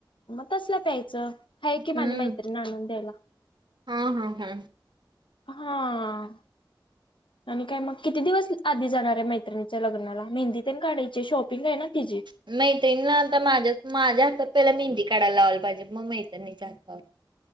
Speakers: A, on the left; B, on the right.
A: मग तसला प्यायचं आहे कि माझ्या
B: हम्म
A: मैत्रिणी आणून द्यायला.
B: हा हा हा.
A: हा. आणि काय मग किती दिवस आधी जाणार आहे मैत्रिणीच्या लग्नाला मेहंदीतेन काढायची शॉपिंग आहे ना तिची.
B: नाही तेनला आलता माझ्याच माझ्या हातात पहिला मेहंदी काढायला लावलं पाहिजे, मग मैत्रणीचा हातावर.